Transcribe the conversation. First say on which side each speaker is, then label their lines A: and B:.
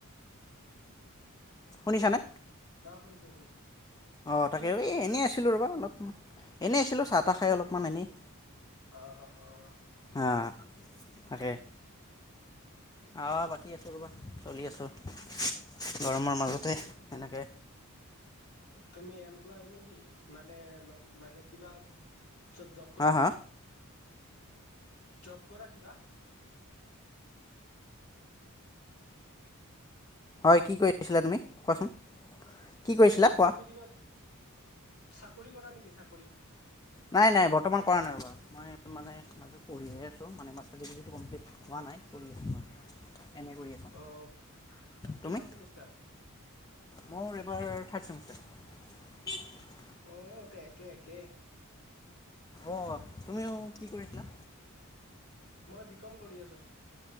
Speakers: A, on the left; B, on the left.
A: শুনিছানে?
B: অ', শুনিছো, শুনিছো।
A: অ',
B: কি
A: তাকে
B: কৰি
A: এই
B: আছা
A: এনেই
B: তুমি?
A: আছিলোঁ ৰ'বা অলপ এনেই আছিলোঁ চা আটা খাই অলপমান এনেই।
B: অ', অ', অ'।
A: হা তাকে। আহ বাকী আছোঁ ৰ'বা চলি আছোঁ। গৰমৰ মাজতে এনেক।
B: তুমি এমপ্লয় নে কি মানে। মানে কিবা। চব জব কৰা
A: হা হা
B: নেকি? জপ কৰা কিবা?
A: হয় কি কৰি আছিলা তুমি কোৱাচোন। কি কৰিছিলা
B: ত
A: কোৱা
B: তুমি কিবা। চাকৰি কৰা নেকি চাকৰি।
A: নাই নাই বৰ্তমান কৰা নাই বাৰু মই মানে পঢ়িয়ে আছোঁ মানে মাষ্টাৰ ডিগ্ৰীটো কমপ্লিট হোৱা নাই পঢ়ি আছোঁ মই। এম এ কৰি আছোঁ
B: অহ
A: তুমি
B: কিমান চেমিষ্টাৰ।
A: মোৰ এইবাৰ থাৰদ ছেমিষ্টাৰ।
B: অ ত একে একে।
A: অহ তুমিও কি কৰি আছিলা।
B: মই বিকম কৰি আছোঁ।